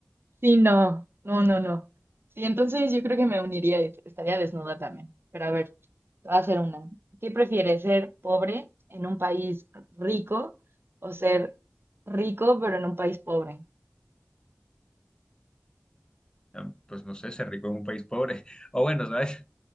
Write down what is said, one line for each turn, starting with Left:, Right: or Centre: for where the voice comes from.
Right: Sí, no, no, no, no. Sí, entonces yo creo que me uniría, y estaría desnuda también. Pero a ver, te voy a hacer una. ¿Qué prefieres, ser pobre en un país rico o ser rico pero en un país pobre?
Left: Ah, Pues no sé, ser rico en un país pobre. <laughs> O bueno, ¿sabes?